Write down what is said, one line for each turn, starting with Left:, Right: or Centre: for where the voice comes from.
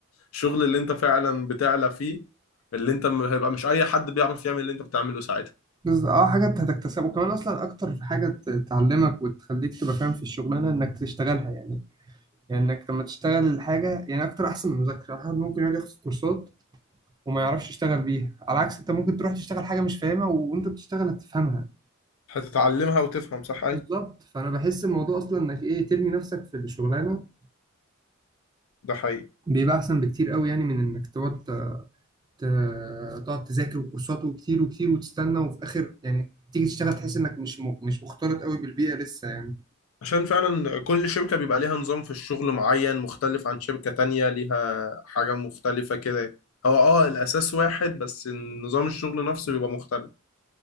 Left: الشغل اللي انت فعلا بتعلى فيه اللي انت م- هيبقى مش اي حد بيعرف يعمل اللي انت بتعمله ساعتها
Right: بس- اه حاجات هتكتسبها وكمان اصلا اكتر حاجه ت- تعلمك وتخليك تبقى فاهم في الشغلانه انك تشتغلها يعني يعني انك لما تشتغل الحاجه يعني اكتر احسن من المذاكره الواحد ممكن يقعد ياخد كورسات وما يعرفش يشتغل بيها على عكس انت ممكن تروح تشتغل حاجه مش فاهمها وانت بتشتغل هتفهمها
Left: هتتعلمها وتفهم صح ايه
Right: بالظبط فانا بحس الموضوع اصلا انك ايه ترمي نفسك في الشغلانه
Left: ده حقيقي
Right: بيبقى احسن بكتير قوي يعني من انك تقعد ت- ت- تقعد تذاكر وكورسات وكتير وكتير وتستنى وفي الاخر يعني تيجي تشتغل تحس انك مش م... مش مختلط قوي بالبيئه لسه يعني
Left: عشان فعلا كل شركة بيبقى ليها نظام في الشغل معين مختلف عن شركة تانية ليها حاجة مختلفة كده هو اه الاساس واحد بس نظام الشغل نفسه بيبقى مختلف